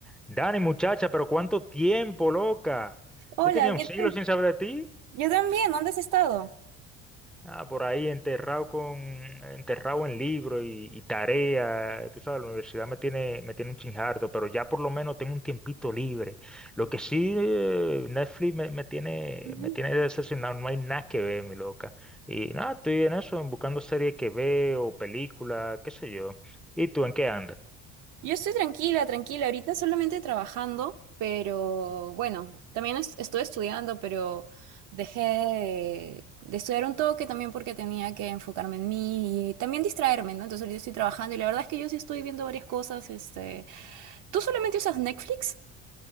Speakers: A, in the centre; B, on the right (about 60°).
A: Dani, muchacha, pero cuánto tiempo, loca.
B: Hola,
A: Yo tenía
B: ¿qué
A: un siglo
B: tal?
A: sin saber de ti.
B: Yo también, ¿dónde has estado?
A: Ah, por ahí enterrado con, enterrado en libros y, y tarea. Tú sabes, la universidad me tiene, me tiene un chinjardo, pero ya por lo menos tengo un tiempito libre. Lo que sí, eh, Netflix me, me tiene,
B: Ujú.
A: me tiene decepcionado. No hay nada que ver, mi loca. Y nada, estoy en eso, buscando series que veo, películas, qué sé yo. ¿Y tú en qué andas?
B: Yo estoy tranquila, tranquila. Ahorita solamente trabajando, pero bueno, también est- estoy estudiando, pero dejé de, de estudiar un toque también porque tenía que enfocarme en mí y también distraerme, ¿no? Entonces ahorita estoy trabajando y la verdad es que yo sí estoy viendo varias cosas. Este, ¿tú solamente usas Netflix?